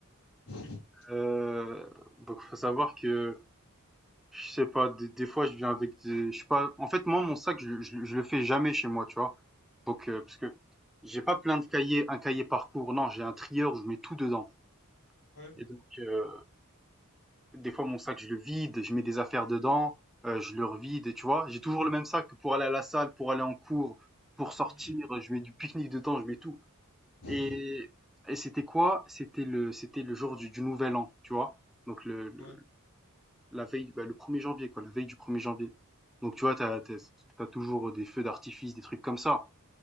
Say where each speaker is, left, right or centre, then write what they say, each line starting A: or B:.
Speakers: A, on the left (about 75°); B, in the centre.
A: <laughs>
B: Heu, donc faut savoir que, je sais pas, des des fois, je viens avec des je sais pas en fait, moi, mon sac, je je le je le fais jamais chez moi, tu vois? Donc heu, parce que j'ai pas plein de cahiers un cahier par cours, non, j'ai un trieur où je mets tout dedans
A: Ouais.
B: et donc heu, des fois, mon sac, je le vide, je mets des affaires dedans, heu, je le revide et tu vois? J'ai toujours le même sac pour aller à la salle, pour aller en cours, pour sortir,
A: Hmm.
B: je mets du pique-nique dedans, je mets tout.
A: <laughs>
B: Et et c'était quoi? C'était le c'était le jour du du nouvel an, tu vois? Donc le le
A: Ouais.
B: la veille, bah, le premier janvier, quoi, la veille du premier janvier. Donc tu vois, t'as t'as tu toujours des feux d'artifice, des trucs comme ça.